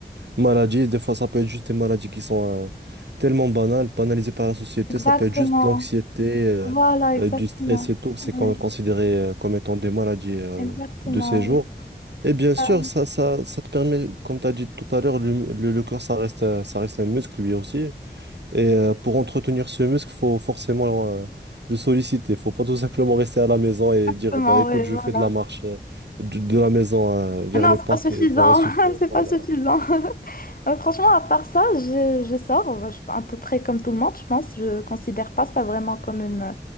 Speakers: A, on the right; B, on the left.
A: Maladies, des fois, ça peut être juste des maladies qui sont euh, tellement banales, banalisées par la société.
B: exactement.
A: Ça peut être juste l'anxiété, euh,
B: Voilà, exactement.
A: euh, du stress et tout. C'est quand
B: Ouais,
A: même considéré euh, comme étant des maladies euh,
B: exactement.
A: de ces
B: ouais.
A: jours. Et bien sûr,
B: Ah,
A: ça, ça, ça te permet, comme tu as dit tout à l'heure, le, le, le corps, ça reste, un- ça reste un muscle lui aussi. Et euh, pour entretenir ce muscle, faut forcément euh, le solliciter. faut pas tout simplement rester à la maison et
B: Exactement,
A: dire, bah, écoute,
B: ouais,
A: je
B: voilà.
A: fais de la marche euh, de, de la maison euh, vers
B: Mais Non,
A: le
B: c'est
A: parc
B: pas suffisant.
A: et ça va suffire.
B: <laughs> C'est pas
A: Voilà.
B: suffisant. <laughs> Euh, Franchement, à part ça, je, je sors euh, je- à peu près comme tout le monde, je pense. Je considère pas ça vraiment comme une, euh,